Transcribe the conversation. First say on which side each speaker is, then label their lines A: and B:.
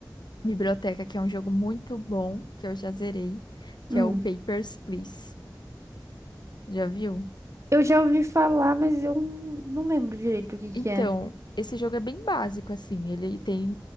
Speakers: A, on the left; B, on the right.
A: biblioteca, que é um jogo muito bom, que eu já zerei, que
B: Hum,
A: é o Papers, Please. Já viu?
B: eu já ouvi falar, mas eu n- não lembro direito o que que
A: Então,
B: é.
A: esse jogo é bem básico, assim. Ele tem